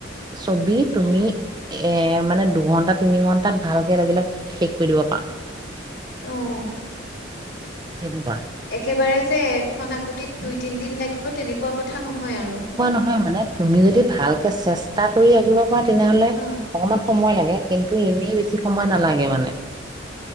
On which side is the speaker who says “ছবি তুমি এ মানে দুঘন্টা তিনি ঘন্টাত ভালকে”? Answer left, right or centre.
Right